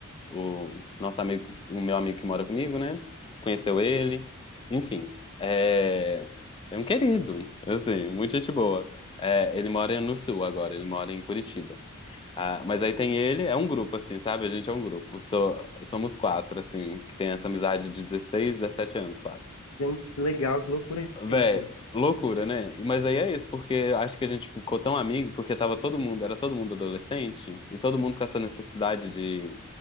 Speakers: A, on the left; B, on the left.
A: o nosso amigo, o meu amigo que mora comigo, né? Conheceu ele. Enfim, é, é um querido, assim, muita gente boa. É, ele mora no sul agora, ele mora em Curitiba. Ah, mas aí tem ele, é um grupo, assim, sabe? A gente é um grupo. So- somos quatro, assim, que tem essa amizade de 16 17 anos, quase.
B: Gente, que legal, que loucura
A: Véi,
B: é isso.
A: loucura, né? E- Mas aí é isso, porque eu acho que a gente ficou tão amigo, porque tava todo mundo, era todo mundo adolescente, e todo mundo com essa necessidade